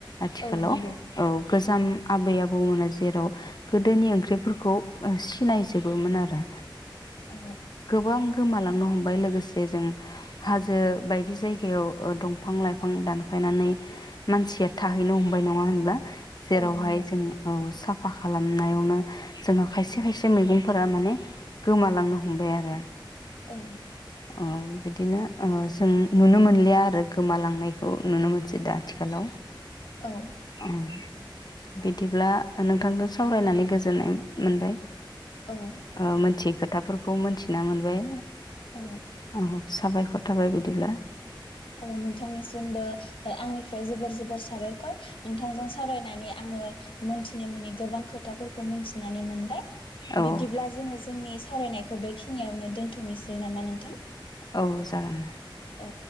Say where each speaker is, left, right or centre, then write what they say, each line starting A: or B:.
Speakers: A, on the left; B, on the left.
A: आथिखालाव
B: औ नंगौ
A: औ गोजाम आबै आ बौमोना जेराव गोदोनि ओंख्रिफोरखौ ओ सिनायजोबोमोन आरो।
B: औ
A: गोबां गोमालांनो हमबाय लोगोसे जों हाजो बायदि जायगायाव ओ दंफां लाइफां दानफायनानै मानसिया थाहैनो हमबाय नङा होनबा? जेरावहाय
B: औ नंगौ
A: जों औ सा फा खालामनायावनो जोंहा खायसे खायसे मैगंफोरा माने गोमालांनो हमबाय आरो।
B: औ।
A: औ बिदिनो ओ जों नुनो मोनलिया आरो गोमालांनायखौ नुनो मोनसै दा <unintelligible>
B: औ
A: अह। बिदिब्ला नोंथांजों सावरायनानै गोजोननाय मोनबाय।
B: औ
A: ओ मोनथियै खोथाफोर खौ मिनथिना मोनबाय।
B: औ
A: औ साबाय खर थाबाय बिदिब्ला।
B: औ नोंथांनिसिमबो ओ आंनिफ्राय जोबोर जोबोर साबायखर, नोंथांजों सावरायनानै आङो मोनथिनो मोनि गोबां खो थाफोरखौ मोनथिनानै मोन बाय
A: औ
B: बिदिब्ला जोंङो जोंनि सावरायनायखौ बेखिनियावनो दोनथ'नोसै नामा नोंथां?
A: औ जागोन।
B: औ।